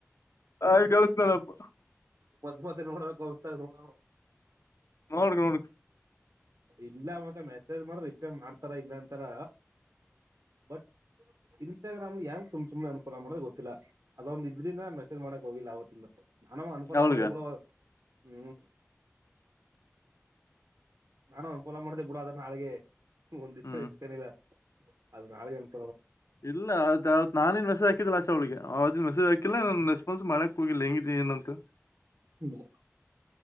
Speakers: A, on the left; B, on the right.
A: ಆಯ್ತ್ ಕಳ್ಸ್ನಳಪ್ಪ
B: ಮ ಮದ್ಮತ್ತ ನೋಡ್ಬೇಕ ಅವಸ್ತ ನ
A: ನೋಡ್ ನೋಡ್
B: ಇಲ್ಲ ಮತ್ತ ಮೆಸೇಜ್ ಮಾಡ ರಿಪ್ೇ ಮಾಡ್ತಾರ ಇಲ್ಲ ಅಂತಾರ ಬಟ್ ಇನ್ಸ್ಟಾಗ್ರಾಮ್ ಯಂಗ ಸುಮ್ ಸು್ನೆ ಅನುಫಲೋ ಮಾಡದೆ ಗೊತ್ತಿಲ್ಲ ಅದೊಂದು ಇದ್ರಿಂದ ನಾನನ್ ಮೆಸೇಜ್ ಮಾಡಕಕ್ ಹೋಗಿಲ್ಲ ಅವತ್ತಿನ ಮತ್ತೆ ನಾನ ಅನುಕೂಲ
A: ಅವಳಿಗೆ
B: ಮಾಡ್ದ ಹ್ಮ್ ನಾನು ಒ ಪೊಲ ಮಾಡ್ದ ಬಿೂಡ ಅದನ್ನ ನಾಳಿಗೆ ಒಂದ್ ದಿವಸ
A: ಹ್ಮ್
B: ಎಷ್ಟಕನಿಲ್ಲ ಅದ ನಾಳಗಂತ
A: ಇಲ್ಲ ಅದ್ತ್ ನಾನನ್ ಮೆಸೇ್ ಹಾಕಿದಿಲ್ಲ ಅಷ್ಟ ಅವಳಿಗೆ ಅವತ್ತನ್ ಮೆಸೇ್ ಹಾಕಿಲ್ಲ ನನ್ ರೆಸ್ಪಾನ್ಸ್ ಮಾಡಕ್ ಹೋಗಿಲ್ಲ ಹೆಂಗಿದಿನಿ ಏನಂತ
B: ಹ್ಮ್